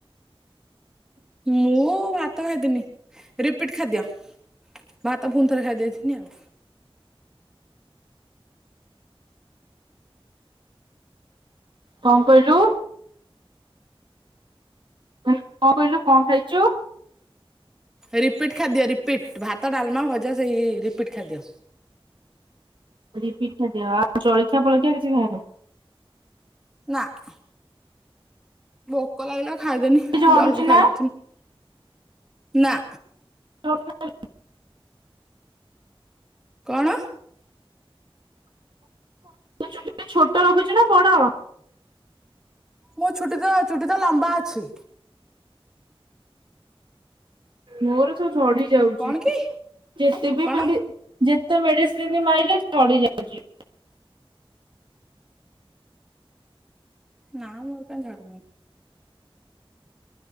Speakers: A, in the centre; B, on the right.
A: ମୁଁ ଭାତ ଖାଇଥିଲି ରିପିଟ୍ ଖାଦ୍ୟ। ଭାତ ଫୁଣିଥରେ ଖାଇ ଦେଇେଥିନି ଆଉ।
B: କଣ କହିଲୁ? <inaudible> କଣ କହିଲୁ କଣ ଖାଇଛୁ?
A: ରିପିଟ୍ ଖାଦ୍ୟ ରିପିଟ୍ ଭାତ, ଡାଲମା, ଭଜା ସେଇ ରିପିଟ୍ ଖାଦ୍ୟ।
B: ରିପିଟ୍ ଖାଦ୍ୟ ଆଉ ଚଳଖିଆ ଫଳଖିଆ କିଛି ଖାଇନୁ।
A: ନାଁ। ଭୋକ ଲାଗିଲା ଖାଇଦେଲି
B: ଝଡୁଛି
A: ଜଲଦି ଖାଇଦେଇଥିଲି
B: ନା?
A: ନା।
B: <unintelligible>
A: କଣ?
B: ଚୁଟି ଛୋଟ ରଖିଛୁ ନା ବଡ଼?
A: ମୋ ଛୁଟି ତ ଚୁଟି ତ ଲମ୍ବା ଅଛି।
B: ମୋର ତ ଝଡି ଯାଉଛି
A: କଣ କି
B: ଯେତେ ବି
A: କଣ
B: ମେଡି ଯେତେ ମେଡିସିନି ମାଇଲେ ଝଡି ଯାଉଛି।
A: ନାଁ ମୋର କାଇଁ ଝଡୁନି?